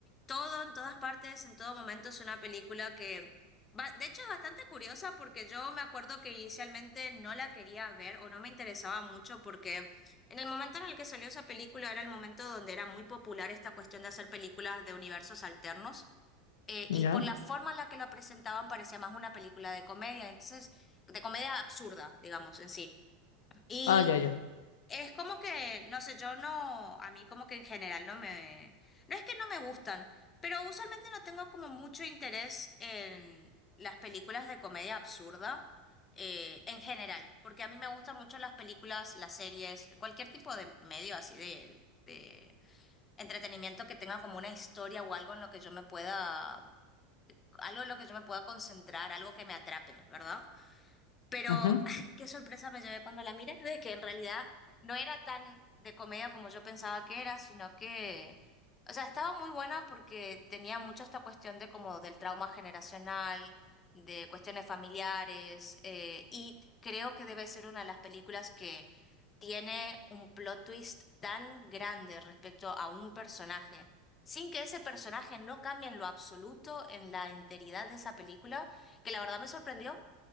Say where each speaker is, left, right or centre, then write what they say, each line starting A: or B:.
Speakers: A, on the left; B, on the left.
A: Todo, en todas partes, en todo momento es una película que, va- de hecho, es bastante curiosa porque yo me acuerdo que inicialmente no la quería ver o no me interesaba mucho porque en el momento en el que salió esa película era el momento donde era muy popular esta cuestión de hacer películas de universos alternos eh,
B: ¿Ya?
A: y por la forma en la que lo presentaban parecía más una película de comedia, entonces, de comedia absurda, digamos, en sí. y
B: Ah, ya, ya.
A: es como que, no sé, yo no, a mí como que en general no me, no es que no me gustan, pero usualmente no tengo como mucho interés en las películas de comedia absurda eh, en general, porque a mí me gustan mucho las películas, las series, cualquier tipo de medio así de, de entretenimiento que tenga como una historia o algo en lo que yo me pueda, algo en lo que yo me pueda concentrar, algo que me atrape, ¿verdad? Pero
B: Ujú.
A: <sighs> <laughs> qué sorpresa me llevé cuando la miré, de que en realidad no era tan de comedia como yo pensaba que era, sino que, o sea, estaba muy buena porque tenía mucho esta cuestión de como del trauma generacional, de cuestiones familiares, eh, y creo que debe ser una de las películas que tiene un plot twist tan grande respecto a un personaje, sin que ese personaje no cambie en lo absoluto en la enteridad de esa película, que la verdad me sorprendió